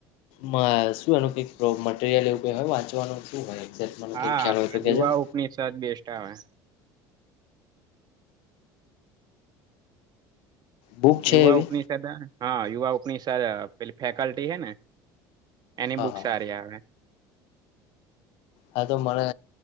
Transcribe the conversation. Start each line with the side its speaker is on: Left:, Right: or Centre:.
Left: મ શું એનું કઈક મટીરિયલ એવું ક હે વાંચવાનું શું હોય એક્ઝેક્ટ મને
Right: હા
Left: કંઈક ખ્યાલ હોય તો કહેજો
Right: યુવા
Left: ને.
Right: ઉપનિષદ બેસ્ટ આવે
Left: બુક છે
Right: યુવા
Left: એવી
Right: ઉપનિષદ હા યુવા ઉપનિષદ પેલી ફેકલ્ટી હૈ ને એની
Left: હા
Right: બુક
Left: હા
Right: સારી આવે.
Left: હા તો મને